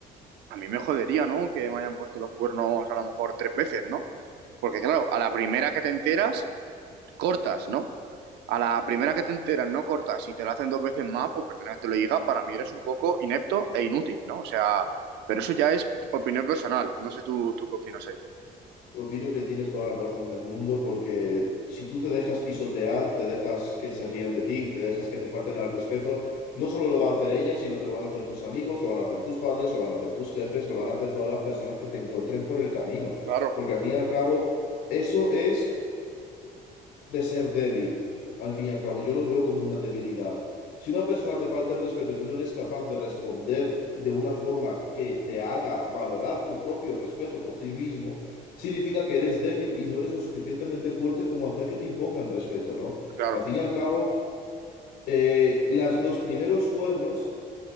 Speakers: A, on the right (about 80°); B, on the left (about 85°).
A: a mí me jodería, ¿no? Que me hayan puesto los cuernos a lo mejor tres veces, ¿no? Porque claro, a la primera que te enteras, cortas, ¿no? A la primera que te enteras, no cortas. Si te lo hacen dos veces más, pues persona que te lo diga, para mí eres un poco inepto e inútil, ¿no? O sea, pero eso ya es opinión personal. No sé tú, tú qué opinas ahí.
B: Opino que tienes toda la razón del mundo porque si tú te dejas pisotear, te dejas que se rían de ti, te dejas que te falten al respeto, no solo lo va a hacer ella, sino que lo van a hacer tus amigos, lo van a hacer tus padres, lo van a hacer tus jefes, lo van a hacer todas las personas que te encuentren por el camino.
A: Claro,
B: Porque al fin y al cabo, eso es de ser débil. Al fin y al cabo, yo lo veo como una debilidad. Si una persona te falta el respeto y tú no eres capaz de responder de una forma que te haga valorar tu propio respeto por ti mismo, significa que eres débil y no eres lo suficientemente fuerte como hacer que te impongan respeto, ¿no?
A: claro,
B: Al fin y al cabo, eh, las- los primeros cuernos